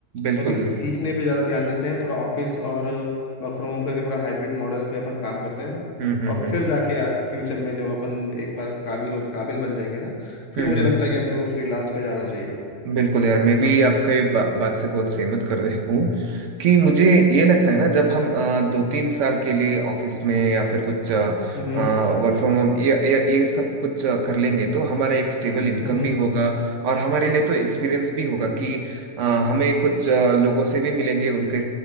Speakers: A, on the right (about 80°); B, on the left (about 80°).
A: बिल्कुल
B: कभी सीखने
A: बिल्कुल
B: पे ज़्यादा ध्यान देते हैं थोड़ा ऑफिस और वर्क फ्रॉम होम करके थोड़ा हाइब्रिड मॉडल पे अपन काम करते हैं
A: हम्म हम्म
B: और
A: हम्म
B: फिर जाके फ्यूचर में जब अपन एक बार काबिल काबिल बन जाएंगे ना फिर
A: हम्म
B: मुझे
A: हम्म
B: लगता है कि अपने को फ्रीलांस पे जाना चाहिए
A: बिल्कुल यार मैं भी आपके बा, बात से बहुत सहमत कर रहे हूँ कि मुझे ये लगता है ना जब हम अ, दो तीन साल के लिए ऑफिस में या फिर कुछ वर्क
B: हम्म
A: फ्रॉम होम ये ये ये सब कुछ अ, कर लेंगे तो हमारा एक स्टेबल इनकम
B: हम्म
A: भी होगा और हमारे लिए तो एक्सपीरियंस भी होगा कि अ, हमें कुछ अ, लोगों से भी मिलेंगे उनके